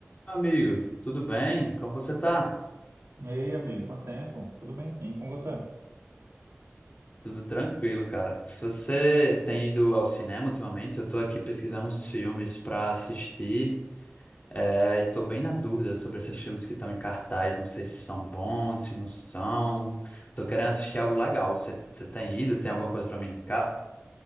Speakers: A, on the left (about 30°); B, on the right (about 75°).
A: Amigo, tudo bem? Como você tá?
B: E aí, amigo, quanto tempo? Tudo bem, sim, com você?
A: Tudo tranquilo, cara. Se você tem ido ao cinema ultimamente, eu tô aqui pesquisando uns filmes pra assistir, é, e tô bem na dúvida sobre esses filmes que estão em cartaz, não sei se são bons, se não são. Tô querendo assistir algo legal. Você, você tem ido? Tem alguma coisa pra me indicar?